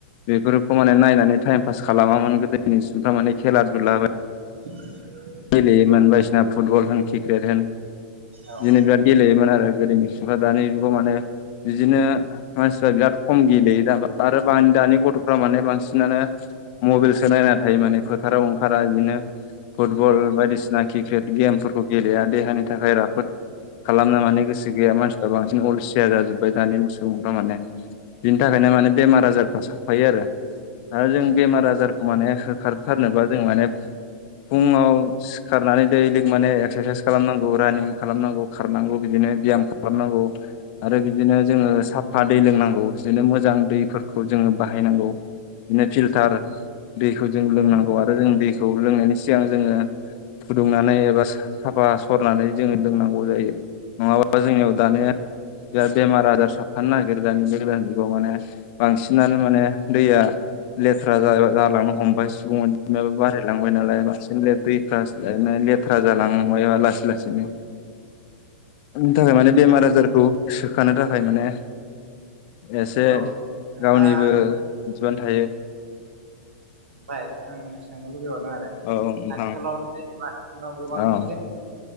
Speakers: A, on the left; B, on the right.
A: बेफोरखौ माने नायनानै टाइम पास खालामामोन गोदोनि सुबुंफ्रा माने खेला धुला
B: <inaudible>
A: गेलेयोमोन बायदिसिना फुटबल होन किक्रेट होन
B: औ
A: बिदिनो बिराद गेलेयोमोन आरो गोदोनि सुब <unintelligible> दानि जुगाव माने बिदिनो मानसिफ्रा बिराद खम गेलेयो दाबो आरो <unintelligible> दानि गथ'फ्रा माने बांसिनानो मबाइलसो नायना थायो माने फोथाराव ओंखारा दिनो फुट बल बायदिसिना क्रिकेट गेमफोरखौ गेलेया। देहानि थाखाय राफोद खालामना लानो गोसो गैया मानसिफ्रा बांसिन अलसिया जाजोब बाय दानि सुबुंफ्रा माने बिनि थाखायनो माने बेमार आजारफ्रा साफ्फायो आरो। आरो जों
B: औ
A: बेमार
B: नंगौ
A: आजारखौ माने होखारथारनोबा जों माने फुङाव सिखारनानै दै लोंनानै एक्सारसाइस खालामनांगौ रानिं खालामनांगौ। खारनांगौ बिदिनो बियाम खालामनांगौ आरो बिदिनो जोङो
B: औ
A: साफा दै लोंनांगौ बिदिनो मोजां दैफोरखौ जोङो बाहायनांगौ दिनो फिल्टार दैखौ जों लोंनांगौ
B: औ
A: आरो जों दैखौ लोंनायनि सि गां जोङो फुदुंनानै एबा सा-साफा सरनानै जोङो लोंनांगौ जायो। नङाबा जोंनियाव दानिया दा बेमार आजार साफ्फानो नागिरो दानि जे जुगाव माने बांसिनानो माने दैया लेथ्रा जा जालांनो हमबाय सुबुं अनजिमायाबो बारायलांबाय नालाय <unintelligible> दैफ्रासो लेथ्रा जालांनो हबाय लासै लासैनो उननि थाखाय माने
B: नोंथां
A: बेमार आजारखौ सोखानो थाखाय माने एसे
B: औ नोंथाङा
A: गावनिबो बिबान थायो।
B: ओमफ्राय आं सोंनो लुबै बावद <unintelligible> आरो
A: औ नोंथां
B: आथिखालाव बे <unintelligible> गोबां
A: औ
B: जे